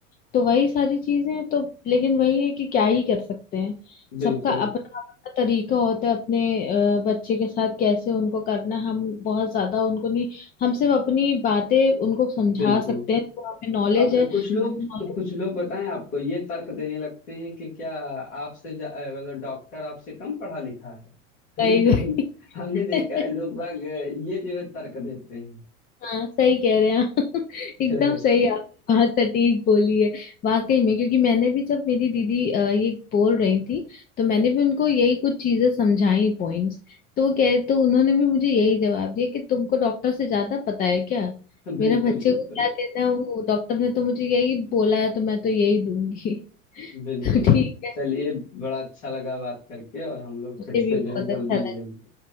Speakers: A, on the left; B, on the left.
A: तो वही सारी चीजें हैं तो लेकिन वही है कि क्या ही कर सकते हैं
B: बिल्कुल
A: सबका अपना अपना तरीका होता है अपने अ, बच्चे के साथ कैसे उनको करना है। हम बहुत ज्यादा उनको नहीं हम सिर्फ अपनी बातें उनको समझा
B: बिल्कुल
A: सकते हैं जो हमें नॉलेज
B: अब
A: है
B: अ, कुछ लोग
A: नॉलेज
B: कुछ लोग बताएं आपको ये तर्क देने लगते हैं कि क्या आपसे जा- अ, मतलब डॉक्टर आपसे कम पढ़ा लिखा है हमने
A: सही
B: सुना हमने देखा
A: <laughs>
B: है लोग बाग अ, ये जो है तर्क देते हैं
A: हाँ सही कह रहे हैं आप। <laughs>
B: <laughs>
A: एकदम सही आप बात सटीक बोली है वाकई में क्योंकि मैंने भी जब मेरी दीदी अ, ये बोल रही थी तो मैंने भी उनको यही कुछ चीजें समझाई पॉइंट्स तो वो कह तो उन्होंने भी मुझे यही जवाब दिया कि तुमको डॉक्टर से ज्यादा पता है क्या मेरे
B: बिल्कुल
A: बच्चे
B: बिल्कुल
A: को क्या देना है वो डॉक्टर ने तो मुझे यही बोला है तो मैं तो यही दूंगी <laughs>
B: बिल्कुल
A: तो ठीक है
B: चलिए बड़ा अच्छा लगा बात करके और हम लोग
A: मुझे
B: फिर
A: भी
B: से जो
A: बहुत
B: है जल्दी
A: अच्छा लगा
B: मिलेंगे